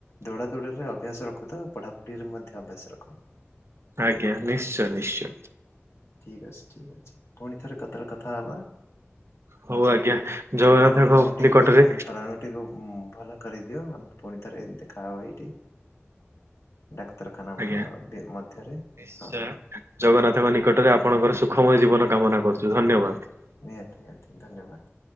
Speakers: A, on the left; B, on the right.
A: ଦୌଡା ଦୌଡିରେ ଅଭ୍ୟାସ ରଖୁଥାଅ, ଆଉ ପଢାପଢିରେ ମଧ୍ୟ ଅଭ୍ୟାସ ରଖ।
B: ଆଜ୍ଞା, ନିଶ୍ଚୟ-ନିଶ୍ଚୟ।
A: ଠିକ୍ ଅଛି ଠିକ୍ ଅଛି, ପୁଣି ଥରେ <unintelligible> କଥା ହବା?
B: ହଉ ଆଜ୍ଞା ଜଗନ୍ନାଥଙ୍କ
A: ତୁମେ ତମ ମନଟିକୁ
B: ନିକଟରେ
A: ଏକ ପ୍ରାଣ ଟିକୁ ଭଲ କରିଦିଅ ଆମେ ପୁଣି ଥରେ ଦେଖାହବା ଏଇଠି‌ ଡାକ୍ତରଖାନା
B: ଆଜ୍ଞା।
A: ମଧ୍ୟରେ।
B: ନିଶ୍ଚୟ
A: ହଁ
B: ଜଗନ୍ନାଥଙ୍କ ନିକଟରେ ଆପଣଙ୍କର ସୁଖମୟ ଜୀବନ କାମନା କରୁଚୁ, ଧନ୍ୟବାଦ।
A: ନିହାତି-ନିହାତି, ଧନ୍ୟବାଦ୍।